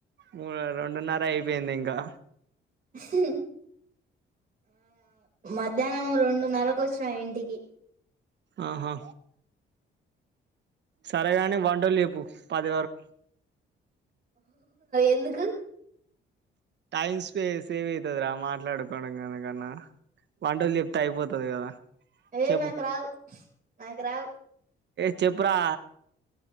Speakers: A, on the right (about 60°); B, on the right (about 45°).
A: మూడు రెండున్నర అయిపోయింది ఇంకా
B: హ మధ్యాహ్నం రెండున్నరకు వచ్చినాయి ఇంటికి
A: ఆహా సరేగాని వంటలు లేప్పు పది వరకు
B: ఎందు కు
A: టైమ్ స్పే సేవ్ అయితుది రా మాట్లాడుకోవడం కనకన్నా వంటలు చెప్తే అయిపోతుది కదా
B: ఏ
A: చెప్పు
B: నాకు రావు నాకు రావు
A: చెపరా